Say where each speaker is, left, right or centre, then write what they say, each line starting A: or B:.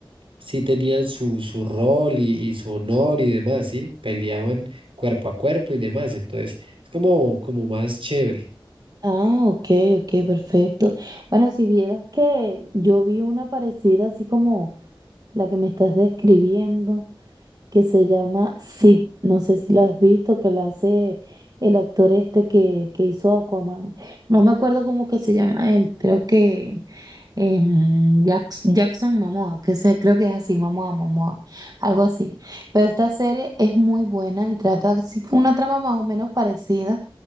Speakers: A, on the right (about 75°); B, on the right (about 45°).
A: sí tenían su, su rol y, y su honor y demás, ¿sí? Peleaban cuerpo a cuerpo y demás, entonces es como, como más chévere.
B: Ah, ok, ok, perfecto. Bueno, si vieras que yo vi una parecida así como la que me estás describiendo, que se llama Sid, no sé si la has visto, que la hace el actor este que, que hizo Aquaman. No me acuerdo cómo que se llama él, creo que em, Jax- Jackson Momoa, que se, creo que es así, Momoa, Momoa, algo así. Pero esta serie es muy buena y trata así con una trama más o menos parecida